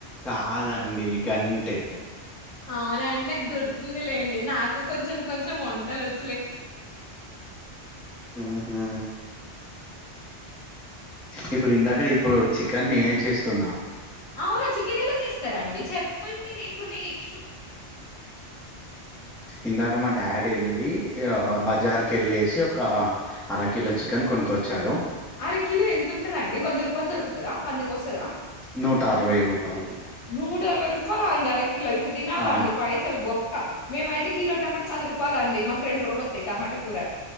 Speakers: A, in the centre; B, on the left.
A: కాదండి గంటే
B: అవునండి నాకు గుర్తుంది లేండి నాకు కొంచెం కొంచెం వంటలు వచ్చ
A: ఉహు ఇప్పుడు ఇందాక ఇప్పుడు చికెన్ నేనే చేస్తున్నా
B: అవునా చికెన్ ఎలా చేస్తారండి చెప్పండి నేను కూడా నేర్ు
A: ఇందాక మా డాడీ వెళ్ళి ఆ బజార్ క వెళ్ళేసి ఒక అరకిలో చికెన్ కొనుకొచ్చాడు
B: అర కిలో ఎంతుంటది అండి వంద రూపాయలు దొరుకుతుందా వందకి వస్తుందా
A: నూట అరవై రూపాయలు
B: నూట అరవై రూపాయాల అండి అర కిలో ఇప్పుడు తినాల
A: ఆ
B: అండి పైసలు బొ క్క మేమయితే కిలో టమాట పది రూపాయలు అండి మాకు రెండు రోజలు వా టమాటా కూర.